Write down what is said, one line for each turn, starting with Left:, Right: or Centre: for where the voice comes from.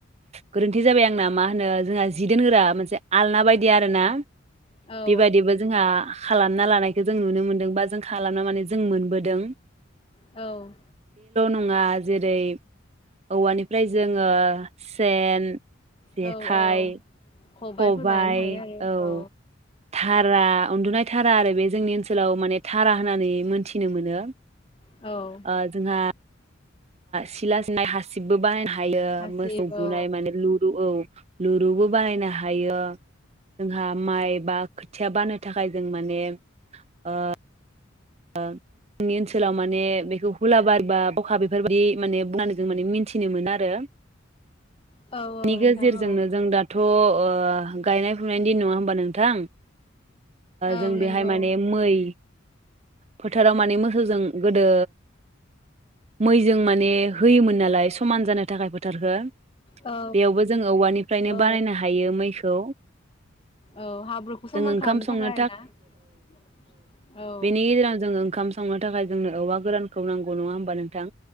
Right: गोरोन्थि जाबाय आंना मा होनो जोंहा जि दोनग्रा मोनसे आलना बायदि आरोना।
Left: औ
Right: बेबादिबो जोंहा खालामना लानायखौ जों नुनो मोनदों बा जों खालामनो माने जों मोनबोदों।
Left: औ।
Right: मुङा जेरै औवानिफ्राय जोङो सेन जेखाय।
Left: औ औ खबाइफोर
Right: खबाइ
Left: बानायनो हायो आरो
Right: औ धारा उन्दुनाय धारा धारा आरो बे जोंनि ओनसोलाव माने धारा होननानै मोन्थिनो मोनो।
Left: औ औ
Right: ओ जोंहा सिला सिनाय हासिबबो बानायनो हायो हायो
Left: हासिब
Right: मोसौ
Left: औ
Right: बुनाय माने लुदु औ लु दुबो बानायनो हा हायो जोंहा माइ बा खोथिया बाननो थाखाय जों माने ओ ओ जोंनि ओनसोलाव माने बेखौ हुला बारि बा बावखा बेफोरबायदि माने बुंनानै जों माने मिथि -खिनो मोनो आरो
Left: औ औ
Right: निगो
Left: नोंथां
Right: जेरजोंनो
Left: औ
Right: जों दाथ' ओ- ओ गायनाय फुनायनि दिन नङा होमबा नोंथां?
Left: औ
Right: जों बेहाय
Left: नंगौ
Right: माने मै फोथाराव माने मोसौजों गोदो मैजों माने होयोमोन नालाय समान जानो थाखाय फोथारखौ।
Left: औ
Right: बेयावबो जों औवानिफ्रायनो
Left: औ
Right: बानायनो हायो मैखौ।
Left: औ हाब्रुखौ समान
Right: जों ओंखाम
Left: खालामनो
Right: संनो
Left: थाखाय आरोना औ
Right: बे <unintelligible> जोङो ओंखाम संनो थाखाय जोंनो औवा गोरान खौ नांगौ नङा होनबा नोंथां